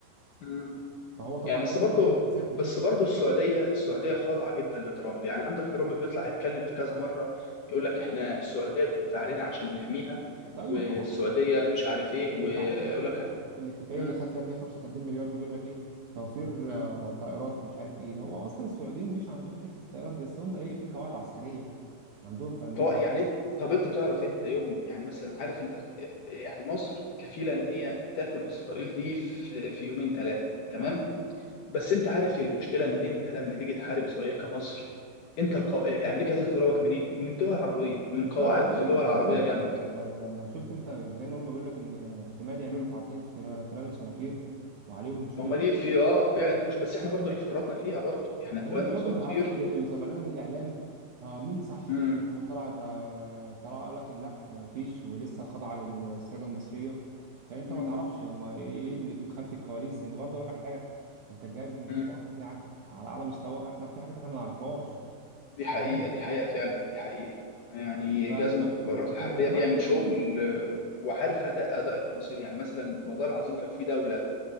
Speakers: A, on the left (about 60°); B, on the right (about 65°).
A: مم.
B: فهو طبعا
A: يعني
B: لازم
A: بس برضه
B: هيعمل حساب دي
A: بس برضه السعودية السعودية خاضعة جدا لترامب يعني عندك ترامب بيطلع يتكلم في كذا مرة يقول لك احنا السعودية بتدفع علينا عشان نحميها
B: طيب ايوه
A: والسعودية
B: طبعا
A: مش عارف ايه
B: انت
A: ويقول
B: انت عارف النهارده الاتفاق
A: لك أه،
B: الاتفاقيه
A: مم،
B: اللي خد فيها 135 مليار دي بيقول لك ايه توفير
A: مم.
B: آه، طائرات مش عارف ايه هو اصلا السعوديين مش عندهم حته الطيران دي بس هم ايه في قواعد عسكريه عندهم في امريكا
A: طو- يعني انت طب انت تعرف انت يوم يعني مثلا عارف انت يعني مصر كفيلة ان هي تاكل اسرائيل دي في في يومين ثلاثة تمام
B: اه
A: بس انت عارف المشكلة ان انت لما تيجي تحارب اسرائيل كمصر انت القو... امريكا دي هتضربك منين؟ من دول عربيه، من
B: من
A: قواعد
B: دول عربيه
A: في
B: ايه
A: دول
B: ما
A: عربيه
B: انا بقول لك
A: جنبك.
B: آه، انت لما شفت انت اذا كان هم بيقول لك ان احتمال يعملوا
A: مم.
B: قاعدتين في تيران وسنافير وعليهم مشكله
A: ما هم دي في اه فعلا دي مش بس احنا برضو اللي فرطنا فيها برضو احنا
B: ما
A: تيران
B: هو انت
A: وصنافير
B: برضو ما تعرفش اللي, اللي طلع لنا من الاعلام ها مين صح
A: مم.
B: هو طلع الر- طلع قال لك لا احنا ما فيش ولسه خاضعه للسياده المصريه فانت
A: مم.
B: ما تعرفش هما ايه إيه اللي في خلف الكواليس لان برضو اقول لك حاجه انت جهاز المخابرات
A: مم.
B: بتاعك على اعلى مستوى احنا في حاجات احنا ما نعرفهاش
A: دي حقيقة
B: فاهم
A: دي حقيقة فعلا دي حقيقة يعني
B: ف- ف-
A: جهاز المخابرات
B: فاحنا
A: الحربية
B: بنتمنى
A: بيعمل
B: يعني
A: شغل آه، وعارف أداء أداء التفاصيل يعني مثلا والله العظيم لو في دولة